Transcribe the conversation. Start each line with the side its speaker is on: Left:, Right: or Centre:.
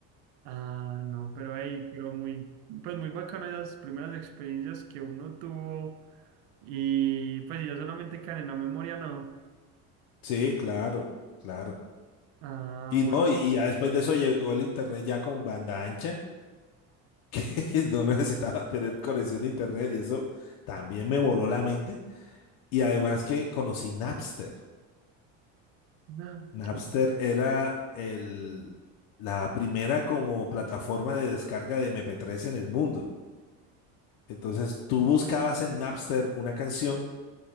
Right: Ah, no, pero ahí, pero muy, pues muy bacano esas primeras experiencias que uno tuvo y pues yo solamente quedan en la memoria, ¿no?
Left: Sí, claro, claro.
Right: Ah,
Left: Y
Right: bueno.
Left: no, y, y ya después de eso llegó el internet ya con banda ancha, <laughs> que no necesitaba tener conexión de internet y eso también me voló la mente. Y además que conocí Napster.
Right: Ah,
Left: Napster
Right: ok.
Left: era el, la primera como plataforma de descarga de MP3 en el mundo. Entonces tú buscabas en Napster una canción